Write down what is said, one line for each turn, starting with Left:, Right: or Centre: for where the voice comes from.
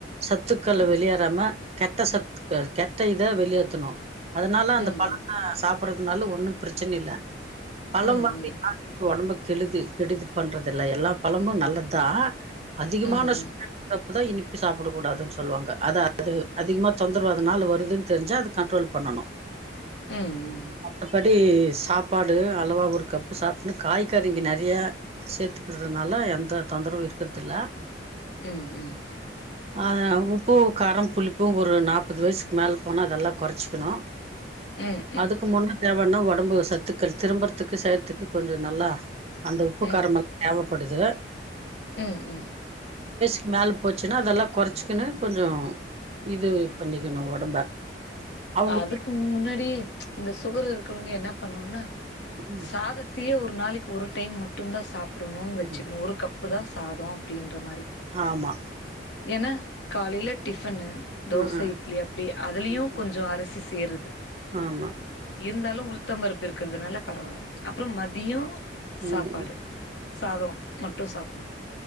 Right: சத்துக்கள்
Left: ம்
Right: வெளியேறாம கெட்ட சத்துக்க கெட்ட இத வெளியேத்தனு அதுனால அந்த
Left: ம்
Right: பழத்த சாப் புறதுனால ஒன்னு பிரச்சன இல்ல பழம்
Left: ம்
Right: வாங்கி <inaudible> ஒடம்புக் கெழுதி கெடுதி பண்றதில்ல எல்லா பழமு நல்லத்தா அதிகமான
Left: ம் ம்
Right: சு <inaudible> போடா இனிப்பி சாப்புடு கூடாதுன் சொல்வாங்க அது அது அதிகமா தொந்தரவு அதுனால வருதுன் தெரிஞ்சா அது கன்ட்ரோல் பண்ணனு
Left: ம் ம்
Right: மத்தபடி சாப்பாடு அளவா ஒரு கப்பு சாப்டுனு காய்கறிங்க நறையா சேத்துக்குறதுனால எந்த தொந்தரவு இருக்கற்துல்ல
Left: ம் ம்
Right: ஆ உப்பு காரம் புளிப்பு ஒரு நாற்பது வயசுக் மேலே போனா அதெல்லா கொறச்சிக்கனு
Left: ம் ம்
Right: அதுக்கு முன்ன தேவனா ஒ டம்பு சத்துக்கள் திரும்பற்துக்கு செயற்துக்கு கொஞ்ச நல்லா அந்த
Left: ம்
Right: உப்பு காரம் எல்லா தேவப் படுது
Left: ம் ம்
Right: க்கு மேல போச்சுன்னா அதெல்லா கொறச்சிக்கினு கொஞ்சொ இது பண்ணிக்கனு ஒடம்ப அவுங்க
Left: அதுக்கு முன்னாடி இந்த சுகர் இரு க்கவுங்க என்ன பண்ணணுனா
Right: ம்
Left: சாதத்தயே ஒரு நாளைக்கு ஒரு டைம் மட்டுந்தா சாப் புடனுன் வச்சுக்கனு
Right: ம்
Left: ஒரு கப்பு தா சாதொ அப்டின்ற மாரி
Right: ஆமா
Left: என்னா காலைல டிஃபனு தோசை
Right: ம் ம்
Left: இட்லி அப்டி அதுலயு
Right: ம்.
Left: அருசி சேருது
Right: ஆமா
Left: இருந்தாலு உள்தம் புருப்பு இருக்குறதுனால பரவால்ல அப்புறோ மதியோ சாப்பாடு
Right: ம்
Left: சாதோ மட்டு சாப்ணு